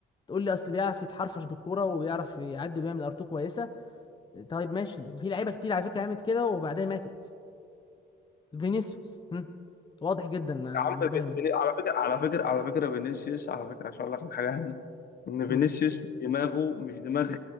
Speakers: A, on the left (about 25°); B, on the left (about 50°).
A: تقول لي اصل بيعرف يتحرفش بالكوره وبيعرف يعدي ويعمل ارتو كويسه طيب ماشي في لعيبه كتير على فكره عملت كده وبعدين ماتت فينيسيوس هم، واضح جدا ما
B: يا عم
A: مش
B: ب-
A: باين
B: ب- على فكره على فكره على فكره فينيسيوس على فكره عشان اقول لك على حاجه يعني ان
A: هم،
B: فينيسيوس دماغه مش دماغ